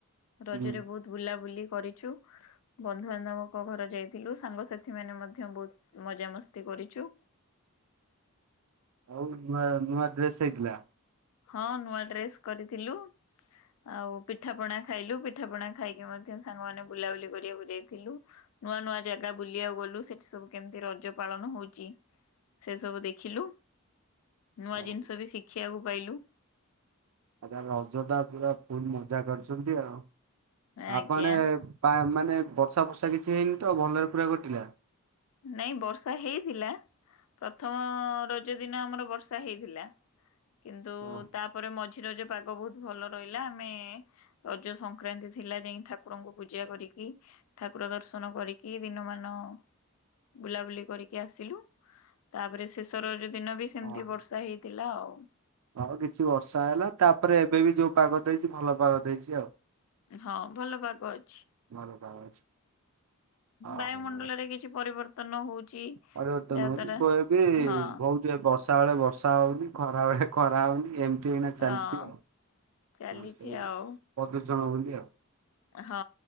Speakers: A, on the left; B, on the right.
A: ରଜରେ
B: ହୁଁ
A: ବହୁତ। ବୁଲାବୁଲି କରିଛୁ ବନ୍ଧୁବାନ୍ଧବ ଙ୍କ ଘର ଯାଇଥିଲୁ ସାଙ୍ଗସାଥି ମାନେ ମଧ୍ୟ ବହୁତ ମଜାମସ୍ତି କରିଚୁ।
B: ଆଉ ନୂଆ ନୂଆ ଡ୍ରେସ୍ ହେଇ ଥିଲା।
A: ହଁ, ନୂଆ ଡ୍ରେସ କରିଥିଲୁ। ଆଉ ପିଠା ପଣା ଖାଇଲୁ ପିଠା ପଣା ଖାଇକି ମଧ୍ୟ ସାଙ୍ଗମାନେ ବୁଲାବୁଲି କରିବାକୁ ଯାଇଥିଲୁ। ନୂଆ ନୂଆ ଜାଗା ବୁଲିବାକୁ ଗଲୁ ସେଠି ସବୁ କେମିତି ରଜ ପାଳନ ହଉଛି। ସେ ସବୁ ଦେଖିଲୁ ନୂଆ
B: ଆଉ
A: ଜିନିଷ ବି ଶିଖିବାକୁ ପାଇଲୁ।
B: ଆଉ ତାହେଲେ ରଜ ଟା ପୁରା ଫୁଲ ମଜା କରିଛନ୍ତି ଆଉ
A: ଆଜ୍ଞା।
B: ଆପଣେ। ପା ମାନେ ବର୍ଷା ଫର୍ଷା କିଛି ହେଇନି ତ ଭଲରେ ପୁରା କଟିଲା।
A: ନାଇଁ ବର୍ଷା ହେଇଥିଲା। ପ୍ରଥମ ରଜ ଦିନ ଆମର ବର୍ଷା ହେଇଥିଲା କିନ୍ତୁ
B: ଓହୋ।
A: ତା ତା ପରେ ମଝି ରଜ ପାଗ ବହୁତ ଭଲ ରହିଲା ଆମେ। ରଜ ସଂକ୍ରାନ୍ତି ଥିଲା ଯାଇକି ଠାକୁର ଙ୍କୁ ପୂଜା କରିକି। ଠାକୁର ଦର୍ଶନ କରିକି ଦିନ ମାନ। ବୁଲାବୁଲି କରିକି ଆସିଲୁ ତାପରେ ଶେଷ ରଜ ଦିନ ବି ସେମିତି
B: ଓହୋ।
A: ବର୍ଷା ହେଇ ଥିଲା ଆଉ।
B: ହଁ କିଛି ବର୍ଷା ହେଲା ତାପରେ ଏବେ ବି ଯୋଉ ପାଗ ଦେଇଛି ଭଲ ପାଗ ଦେଇଛି ଆଉ।
A: ହଁ ଭଲ ପାଗ ଅଛି।
B: ଭଲ ପାଗ ଅଛି। ଓହୋ।
A: ବାୟୁମଣ୍ଡଳରେ କିଛି ପରିବର୍ତ୍ତନ ହଉଚି
B: ପରିବର୍ତ୍ତନ
A: ଯାହାଦ୍ଵାରା
B: ହଉନି ବ- ବି
A: ହଁ
B: ବହୁତ ବର୍ଷା ବେଳେ ବର୍ଷା ହଉନି ଖରା ବେଳେ ଖରା ହଉନି ଏମ ଏମିତି ଗିନା ଚାଲିଛି
A: ହଁ
B: ଆଉ
A: ଚାଲିଛି
B: ହ ସେଇ
A: ଆଉ
B: ପ୍ରଦୂଷଣ ବୋଲି ଆଉ।
A: ହଁ